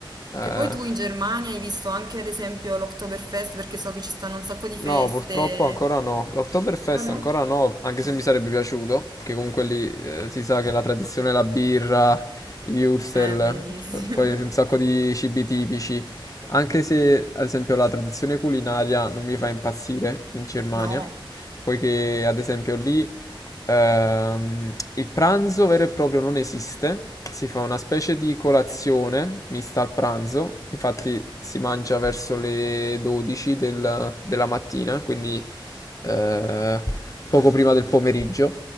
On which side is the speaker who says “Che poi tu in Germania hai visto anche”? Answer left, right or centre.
Right